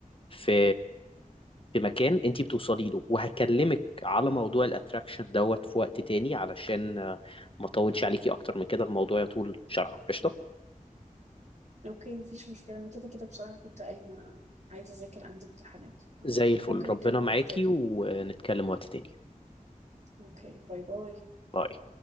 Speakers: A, on the left; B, on the right.
A: في في مكان انتي بتوصلي له وهكلمك على موضوع الاتراكشن دوت في وقت تاني علشان آه، ما اطولش عليكي اكتر من كده الموضوع يطول شرحه قشطة
B: اوكي مفيش مشكله انا كده كده بصراحه كنت قايمه عايزه اذاكر عندي امتحانات
A: زي الفل
B: ممكن
A: ربنا
B: نتكلم
A: معاكي
B: وقت تاني
A: ونتكلم وقت تاني
B: اوكي باي باي
A: باي